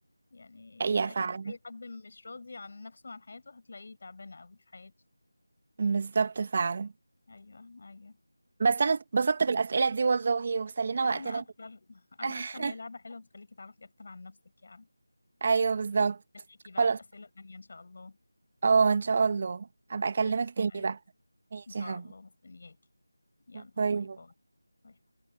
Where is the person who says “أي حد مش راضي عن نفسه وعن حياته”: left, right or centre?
Left